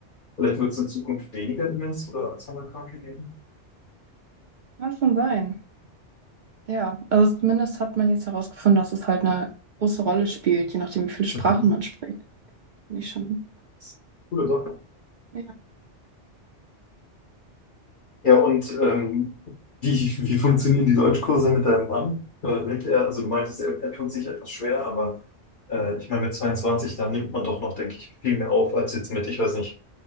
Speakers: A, on the left (about 55°); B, on the right (about 60°).
A: vielleicht wird es in Zukunft weniger Demenz oder Alzheimer-Kranke geben.
B: Kann schon sein. Ja, also zumindest hat man jetzt herausgefunden, dass es halt eine große Rolle spielt, je nachdem, wie viele Sprachen
A: Mhm.
B: man spricht. Finde ich schon. krass.
A: Coole Sache.
B: Ja,
A: Ja, und ähm, wie, wie funktionieren die Deutschkurse mit deinem Mann? Äh, nimmt er, also du meintest, er, er tut sich etwas schwer, aber äh, ich meine, mit 22, da nimmt man doch noch, denke ich, viel mehr auf als jetzt mit, ich weiß nicht,